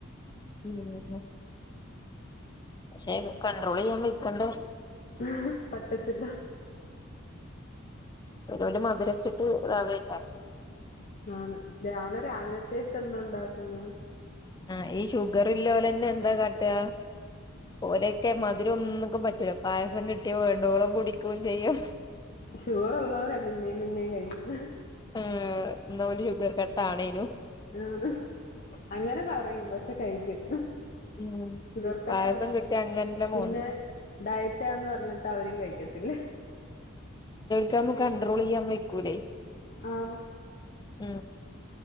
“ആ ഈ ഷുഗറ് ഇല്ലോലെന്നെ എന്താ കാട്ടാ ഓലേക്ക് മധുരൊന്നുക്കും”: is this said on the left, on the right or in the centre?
Left